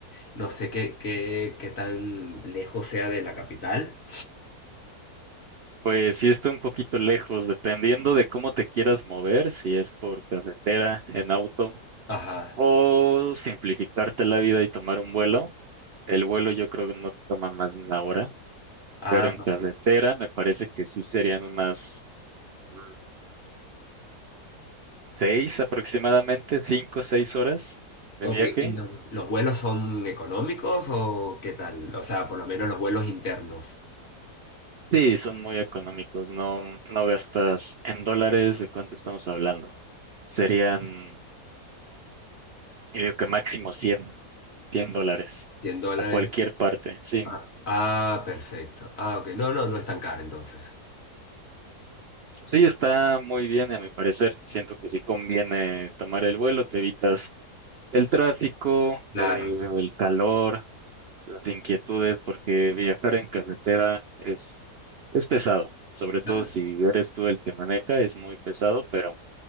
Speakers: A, on the left; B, on the right.
A: No sé qué, qué, qué tan lejos sea de la capital.
B: Pues sí está un poquito lejos, dependiendo de cómo te quieras mover, si es por carretera, en auto,
A: Ajá.
B: o simplificarte la vida y tomar un vuelo. El vuelo yo creo que no te toma más de una hora,
A: Ah,
B: pero en carretera me parece que sí serían unas mm, seis aproximadamente, cinco, o seis horas de
A: ok.
B: viaje.
A: ¿Y los, los vuelos son económicos o qué tal? O sea, por lo menos los vuelos internos.
B: Sí, son muy económicos, no, no gastas en dólares, ¿de cuánto estamos hablando? Serían, yo digo que máximo cien cien dólares
A: cien dólares
B: a cualquier parte, sí.
A: Ah, ah, perfecto. Ah, ok. No, no, no es tan caro entonces.
B: Sí, está muy bien, a mi parecer. Siento que sí conviene tomar el vuelo, te evitas el tráfico,
A: Claro,
B: eh, el calor, las inquietudes, porque viajar en carretera es, es pesado, sobre todo
A: claro.
B: si eres tú el que maneja, es muy pesado, pero